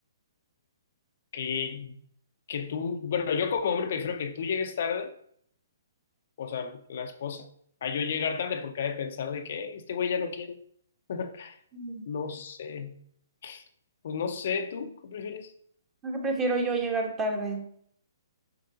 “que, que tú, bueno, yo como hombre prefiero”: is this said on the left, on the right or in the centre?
Left